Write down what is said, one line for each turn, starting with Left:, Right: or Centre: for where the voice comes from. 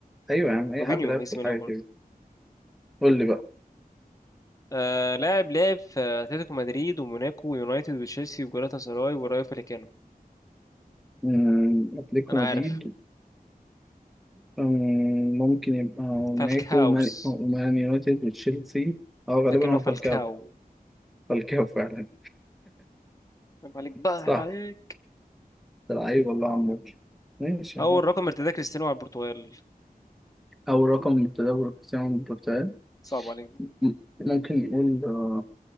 Centre: ايوه يا عم اي
Left: روبينيو
Centre: حد لعب
Left: في اسم
Centre: في الحاجه
Left: ميلان برضه
Centre: كده قول لي بقى
Left: آه لاعب لعب في اتلتيكو مدريد وموناكو ويونايتد وتشيلسي وجالاتا سراي ورايو فاليكانو
Centre: أمم، أتلتيكو
Left: انا عارف
Centre: مدريد أمم، ممكن يبقى موناكو
Left: فالكاوز
Centre: ومان ومان يونايتد وتشيلسي أو غالبا
Left: لكنه
Centre: هو
Left: فالكاو
Centre: فالكاو فالكاو فعلا
Left: عيب عليك بقى
Centre: صح
Left: عيب عليك
Centre: ده لعيب والله عمور ماشي
Left: اول
Centre: يعني
Left: رقم ارتداه كريستيانو على البرتغال
Centre: أول رقم من التدور كريستيانو من البرتغال
Left: صعب عليك دي
Centre: م- ممكن نقول آه،